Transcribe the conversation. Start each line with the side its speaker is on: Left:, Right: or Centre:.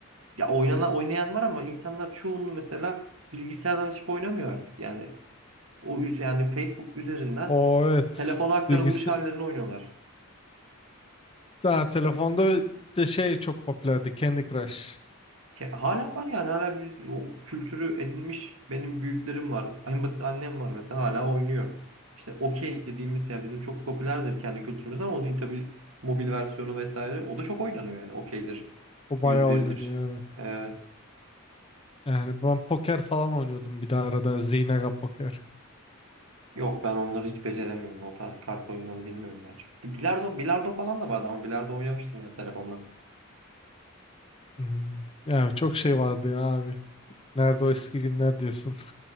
Right: ya oynanan oynayan var ama insanlar çoğunluğu mesela bilgisayardan açıp oynamıyor artık. Yani o üz yani Facebook üzerinden
Left: O evet
Right: telefona aktarılmış
Left: bilgisi
Right: hallerini oynuyorlar.
Left: daha telefonda de şey çok popülerdi Candy Crush.
Right: Ya hala var yani hala bir, o kültürü edinmiş benim büyüklerim var. En basit annem var mesela hala oynuyor. İşte okey dediğimiz yani bizim çok popülerdir kendi kültürümüzde ama onun tabii mobil versiyonu vesaire o da çok oynanıyor yani okeydir.
Left: O bayağı
Right: Yüz birdir.
Left: oynanıyor evet.
Right: Evet.
Left: Yani ben poker falan oynuyordum bir de arada Zynga poker.
Right: Yok ben onları hiç beceremiyorum. O tarz kart oyunlarını bilmiyorum ben çok. Bilardo, bilardo falan da vardı ama bilardo oynamıştım yani telefondan.
Left: Hmm. Ya çok şey vardı ya abi. Nerede o eski günler diyorsun. <laughs>